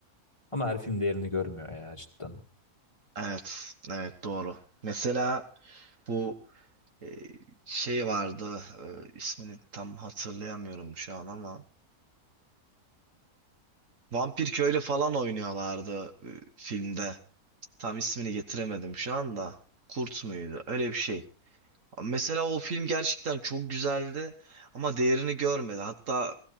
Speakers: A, on the left; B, on the right.
A: Ama her film değerini görmüyor ya cidden.
B: Evet, evet doğru. Mesela bu Ee, şey vardı e, ismini tam hatırlayamıyorum şu an ama Vampir Köylü falan oynuyorlardı e, filmde. Tam ismini getiremedim şu anda. Kurt muydu? Öyle bir şey. Mesela o film gerçekten çok güzeldi ama değerini görmedi. Hatta